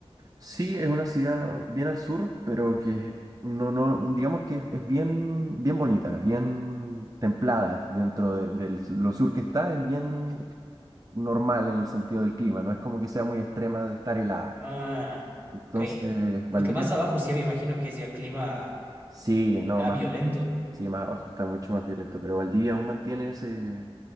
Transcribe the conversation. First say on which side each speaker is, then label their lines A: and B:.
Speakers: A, on the right (about 35°); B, on the right (about 20°).
A: Sí, es una ciudad bien al sur, pero que no, no, digamos que es, es bien, bien bonita, es bien templada dentro de, del- lo sur que está, es bien normal en el sentido del clima, no es como que sea muy extrema de estar helada.
B: Ah,
A: Entonces,
B: ok.
A: Valdivia,
B: Porque más abajo sí me imagino que es ya clima
A: sí, no,
B: ya
A: más,
B: violento.
A: sí, más abajo está mucho más violento, pero Valdivia aún mantiene ese,